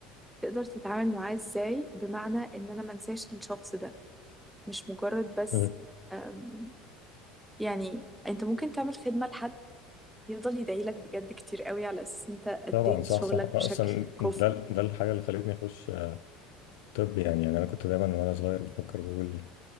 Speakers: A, in the centre; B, on the left (about 85°).
A: تقدر تتعامل معاه ازاي بمعنى ان انا منساش الشخص ده مش مجرد بس
B: مم.
A: آم، يعني انت ممكن تعمل خدمه لحد يفضل يدعيلك بجد كتير قوي على اساس انت اديت
B: طبعا صح
A: شغلك
B: صح
A: بشكل
B: اصلا ده
A: كفء
B: ده الحاجه اللي خلتني اخش طب يعني يعني انا كنت دايما وانا صغير بفكر بقول